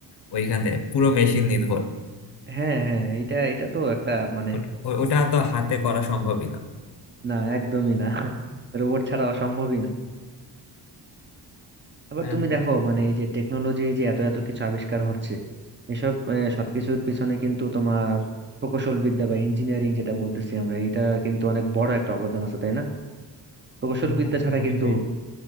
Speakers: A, on the left (about 65°); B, on the right (about 25°).
A: ওইখানে পুরো মেশিন নির্ভর
B: হ্যাঁ হ্যাঁ এটা এটা তো একটা মানে
A: ওট- ও- ওটা তো হাতে করা সম্ভবই না
B: না একদমই না রোবট ছাড়া অসম্ভবই না আবার
A: হ্যাঁ
B: তুমি দেখো মানে এই যে টেকনোলজি যে এত এত কিছু আবিষ্কার হচ্ছে এসব আহ, সবকিছুর পিছনে কিন্তু তোমার প্রকৌশল বিদ্যা বা ইঞ্জিনিয়ারিং যেটা বলতেছি আমরা এটা কিন্তু অনেক বড় একটা অবদান আছে তাই না প্রকৌশল
A: হ্যাঁ,
B: বিদ্যা ছাড়া
A: অবশ্যই
B: কিন্তু